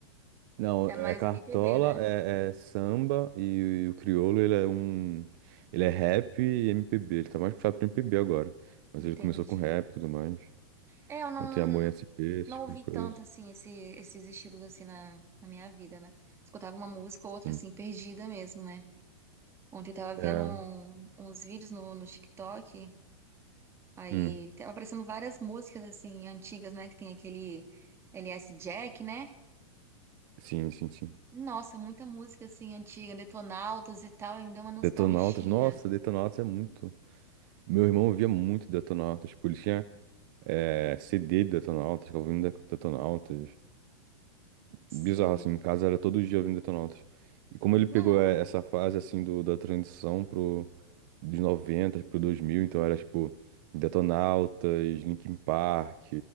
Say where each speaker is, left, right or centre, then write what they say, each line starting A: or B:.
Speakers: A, on the right; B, on the right.
A: Não,
B: É
A: é
B: mais
A: Cartola,
B: MPB, né?
A: é, é samba e, o Criolo, ele é um... Ele é rap e MPB. Ele tá mais puxado pro MPB agora. Mas
B: Entendi.
A: ele começou com rap e tudo mais.
B: É, eu não,
A: Não tem amor em SP, esse
B: não
A: tipo
B: ouvi
A: de coisa.
B: tanto, assim, esse, esses estilos, assim, na, na minha vida, né? Escutava uma música ou outra,
A: Sim.
B: assim, perdida mesmo, né? Ontem eu tava vendo
A: É.
B: um- uns vídeos no, no TikTok, aí
A: Hum.
B: tava aparecendo várias músicas, assim, antigas, né? Que tem aquele LS Jack, né?
A: Sim, sim, sim.
B: Nossa, muita música assim antiga, Detonautas e tal, e me deu uma nostalgia.
A: Detonautas. Nossa, Detonautas é muito... Meu irmão ouvia muito Detonautas. Tipo, ele tinha é, CD de Detonautas, ficava ouvindo Detonautas.
B: Sim.
A: bizarro, assim, em casa era todo dia ouvindo Detonautas. E como ele pegou
B: Não.
A: é, essa fase, assim, do, da transição pro, dos 90 pro dois mil então era, tipo, Detonautas, Linkin Park,